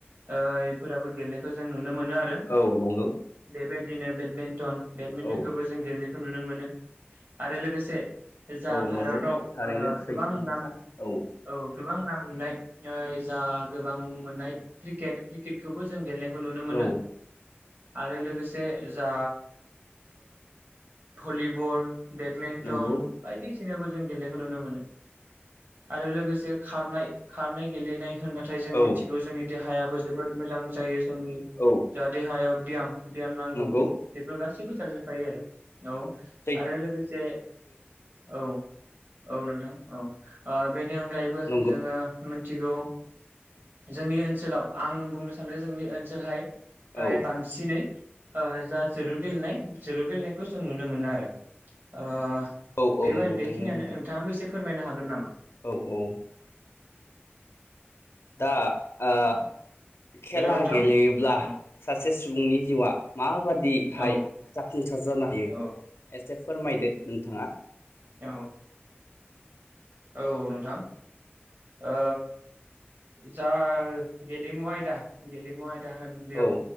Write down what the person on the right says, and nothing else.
ओ इफोराबो गेलेनायखो जों नुनो मोनो आ
बेबायदिनो बेडमिन्टन बेडमिन्टनखौबो
जों गेले खौ नुनो मोनो आरो लोगोसे जा
भारताव
ओ
गोबां
नाम
औ गोबां नाम मोननाय जा गोबां मुं मोननाय क्रिकेट क्रिकेटखौबो जों गेलेना यखौ नुनो मोनो।
आरो लोगोसे जा भलिबल बेडमिन्टन
बायदि सिनाखौ जों गेलेनायखौ नुनो मोनो आरो लोगोसे खारनाय खारनाय गेलेनाय होनबाथाय जों
मिथिगौ जोंनि देहा हायाबो जोबोद मोजां जायो। जोंनि
जा देहायाव ब्याम ब्याम नांगौ
बेफोर गासैबो थाजोबफायो आरो औ।
आरो लोगो गोसे औ औ नोंथां औ बेनि अ गायैबो
जोङो मो थिगौ जोंनि ओनसोलाव आं बुंनो सानदों जोंनि ओनसोलहाय हाइ
बांसिनै आ जा जोलुर गेलेनाय जोलुर गेलेनायखौ जों नुनो मोनो आरो। आ
बेबाय
बेखिनियानो
नोंथाङाबो एसे खो फोरमायनो हागोन नामा?
औ
हेलौ नोंथां
औ
औ
औ
औ औ नोंथां औ जा गेलेमु आयदा गेलेमु आयदा दाहोन बेयाव